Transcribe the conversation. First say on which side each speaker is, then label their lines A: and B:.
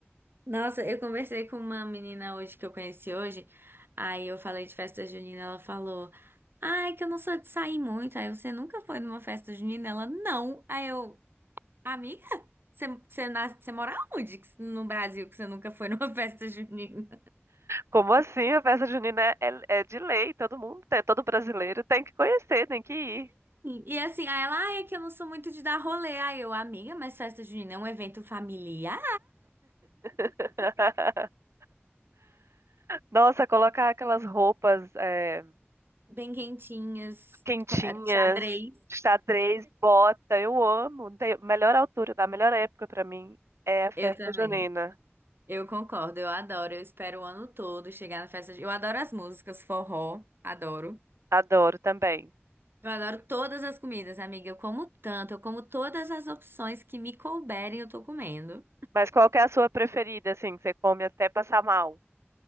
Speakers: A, on the right; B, on the right.
A: Nossa, eu conversei com uma menina hoje que eu conheci hoje. Aí eu falei de festa junina, ela falou: "Ai, que eu não sou de sair muito". Aí você nunca foi numa festa junina? Ela: "Não". Aí eu: "Amiga, você você nas- você mora onde que- no Brasil que você nunca foi numa <laughs> festa junina?".
B: Como assim? A festa junina é, é é de lei, todo mundo, tem- todo brasileiro tem que conhecer, tem que ir.
A: E assim, aí ela: "Ai, é que eu não sou muito de dar rolê". Aí eu: "Amiga, mas festa junina é um evento familiar,
B: <laughs> Nossa, colocar aquelas roupas é,
A: bem quentinhas,
B: quentinhas,
A: qua- xadrez".
B: xadrez, bota, eu amo. Tem- Melhor altura, a melhor época pra mim é a festa
A: Eu também.
B: junina.
A: Eu concordo, eu adoro. Eu espero o ano todo chegar na festa. de- Eu adoro as músicas, forró, adoro.
B: Adoro também.
A: Eu adoro todas as comidas, amiga. Eu como tanto, eu como todas as opções que me couberem, eu tô comendo.
B: Mas qual que é a sua preferida, assim, que você come até passar mal?